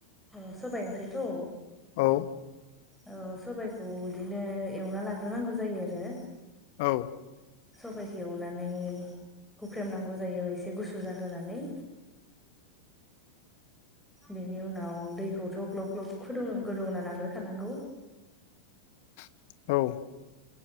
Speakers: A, in the centre; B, on the left (about 50°).
A: अ सबाइ ओंख्रिखौ?
B: औ
A: औ सबायखौ इदिनो एवना लाग्रोनांगौ जायो आरो।
B: औ
A: सबाइखौ एवनानै हुख्रेमनांगौ जायो एसे गुसु जाहोनानै बेनि उनाव दैखौथ' ग्लब ग्लब खुदुं गोदौना लाग्रोखानांगौ।
B: औ